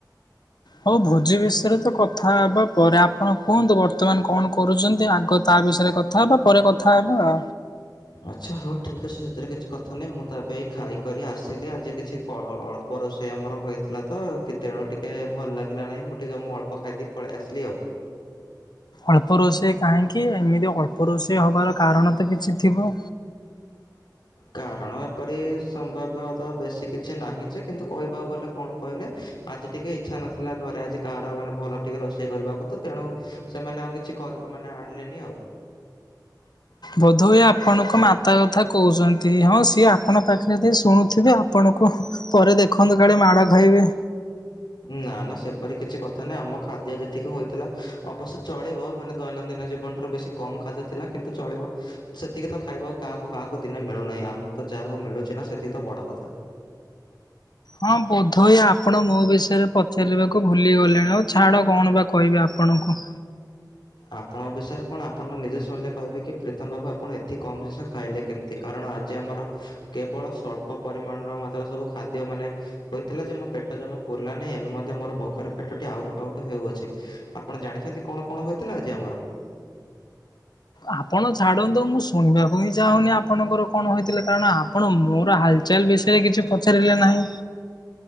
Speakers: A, on the left; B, on the left.
A: ହଉ ଭୋଜି ବିଷୟରେ ତ କଥା ହେବା ପରେ ଆପଣ କୁହନ୍ତୁ ବର୍ତ୍ତମାନ କଣ କରୁଚନ୍ତି ଆଗ ତା ବିଷୟରେ କଥା କଥା ହେବା ପରେ କଥା ହେବା।
B: ଆଚ୍ଛା ହଉ ଠିକ୍ ଅଛି ସେଥିରେ କିଛି କଥା ନାହିଁ ମୁଁ ତ ଏବେ ଖାଇକ ଆସିଲି ଆଜି କିଛି କ ଅଳ୍ପ ଅଳ୍ପ ରୋଷେଇ ଆମର ହୋଇଥିଲାତ କି ଦେହ ଟିକିଏ ଭଲ ଲାଗିଲା ନାହିଁ ମୁଁ ଟିକେ ମୁଁ ଅଳ୍ପ ଖାଇଦ ପଳେଇ ଆସିଲି ଆଉ।
A: ଅଳ୍ପ ରୋଷେଇ କାହିଁକି ଏମିତି ଅଳ୍ପ ରୋଷେଇ ହେବାର କାରଣ ତ କିଛି ଥିବ?
B: କାରଣ ଏପରି ସମ୍ଭବ୍ୟତଃ ବେଶୀ କିଛି ନାହିଁ ଯେ କିନ୍ତୁ କହିବାକୁ ଗଲେ କଣ କହିଲେ ଆଜି ଟିକେ ଇଚ୍ଛା ନଥିଲା ଘରେ ଆଜି କାହାର ମାନେ ଭଲ ଟିକେ ରୋଷେଇ କରିବାକୁ ତେଣୁ ସେମାନେ ଆଉ କି କିଛି କଲ ମାନେ ଆଣିଲେନି ଆଉ।
A: ବୋଧହୁଏ ଆପଣଙ୍କ ମାତା କଥା କହୁଛନ୍ତି ହଁ ସିଏ ଆପଣଙ୍କ ପାଖରେ ଯ ଶୁଣୁଥିବେ ଆପଣଙ୍କୁ ପରେ ଦେଖନ୍ତୁ କାଳେ ମାଡ଼ ଖାଇବେ।
B: ନା ନା ସେପରି କିଛି କଥା ନାହିଁ ଆମ ଖାଦ୍ୟ ଯେତିକି ହୋଇଥିଲା ଅବଶ୍ୟ ଚଳିବ ମାନେ ଦୈନନ୍ଦିନ ଜୀବନ ଠାରୁ ବେଶୀ କମ୍ ଖାଦ୍ୟ ଥିଲା କିନ୍ତୁ ଚଳିବ ସେତିକି ତ ଖାଇବାକୁ କାହାକୁ କାହାକୁ ଦିନେ ମିଳୁନାହିଁ ଆମକୁ ତ ଯାହା ହଉ ମିଳୁଚି ନା ସେତିକି ତ ବଡ଼ କଥା।
A: ହଁ ବୋଧହୁଏ ଆପଣ ମୋ ବିଷୟରେ ପଚାରିବାକୁ ଭୁଲିଗଲେଣି ଆଉ ଛାଡ଼ କଣ ବା କହିବେ ଆପଣଙ୍କୁ?
B: ଆପଣଙ୍କ ବିଷୟରେ କଣ ଆପଣ ନିଜେ ଶଣିଲେ କହିବେ କି ପ୍ରୀତମ ବାବୁ ଆପଣ ଏତିି କମ୍ ଜିନିଷ ଖାଇଲେ କେମିତି କାରଣ ଆଜି ଆମର କେବଳ ସ୍ୱଳ୍ପ ପରିମାଣର ମାତ୍ର ସବୁ ଖାଦ୍ୟ ମାନେ ହୋଇଥିଲା ଯେ ମୋ ପେଟ ଜମା ପୁରିଲା ନାହିଁ ଏବେ ମଧ୍ୟ ମୋର ଭୋକରେ ପେଟ ଆଉଟ ପାଉଟ ହେଉଅଛି ଆପଣ ଜାଣିଚନ୍ତି କଣ କଣ ହୋଇଥିଲା ଆଜି ଆମର?
A: ଆପଣ ଛାଡ଼ନ୍ତୁ ମୁଁ ଶୁଣିବାକୁ ହିଁ ଚାହୁଁନି ଆପଣଙ୍କର କଣ ହେଇଥିଲେ କାରଣ ଆପଣ ମୋର ହାଲ୍ ଚାଲ୍ ବିଷୟରେ କିଛି ପଚାରିଲେ ନାହିଁ।